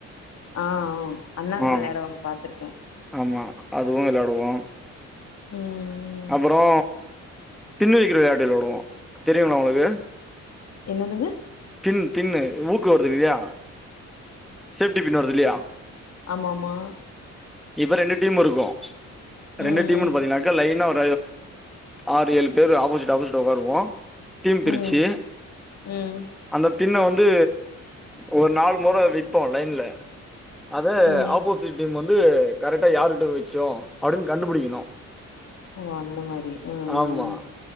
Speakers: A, on the left; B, in the centre.
A: ஆ ஆ அண்ணாங்க
B: ஆ
A: விளாடுவாங்க பாத்துருக்கே
B: ஆமா அதுவு வெளாடுவோ
A: ம்
B: அப்புறோ தின்னு விக்குற விளாயாட்டு விளாடுவோ தெரியுங்ளா உங்களுக்கு
A: என்னதுங்க
B: பின் பின்னு ஊக்கு வருதுளயா சேப்டி பின் வருது இல்லயா
A: ஆமாம்மா
B: இப்ப ரெண்டு டீமு இருக்கு
A: ம்
B: ரெண்டு டீமுனு பாத்தீங்கன்னாக்க லைன்னா அ ஆறு ஏழு பேரு ஆப்போசிட் ஆப்போசிடா உக்காருவோ டீம் பிரிச்சு
A: ம் ம்
B: அந்த பின்ன வந்து ஒரு நாலு முற விப்போ லைன்ல அத
A: ம்
B: ஆப்போசிட் டீம் வந்து கரெக்டா யாருகிட்ட விச்சோ அப்டின்னு கண்டுபுடிக்கணு
A: ஓ அந்த மாரி ம்
B: ஆமா